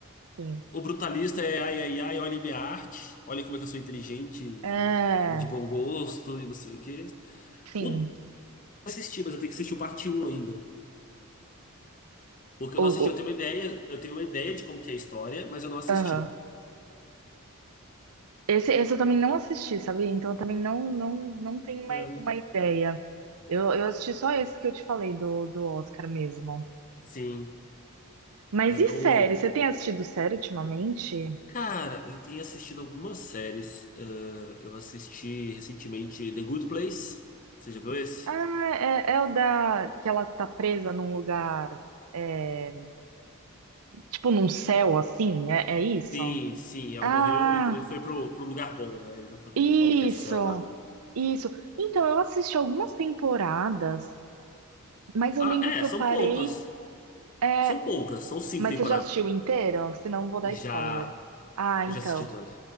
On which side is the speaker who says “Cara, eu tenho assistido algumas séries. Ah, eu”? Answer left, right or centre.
Left